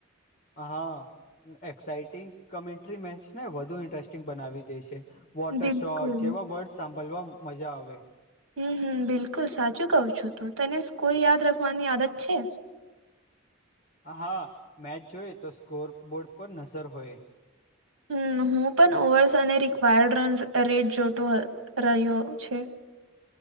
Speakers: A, on the left (about 40°); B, on the right (about 75°).
A: હા એક્સાાઈટિંગ કમેન્ટ્રી મેચ ને વધુ ઇન્ટરેસ્ટિંગ બનાવી દે છે. વોટર
B: બિલકુલ
A: શોટ જેવા વર્ડ સાંભળવા મજા આવે
B: હમ હમ બિલકુલ સાચું કવ છું તું તને સ્કૂલ યાદ રાખવાની આદત છે.
A: હા મેચ જોય તો સ્કોર બોર્ડ પર નજર હોય
B: હમ હું પણ ઓવર્સ અને રિક્વાયર્ડ રન રેટ જોતો રહ્યો છે.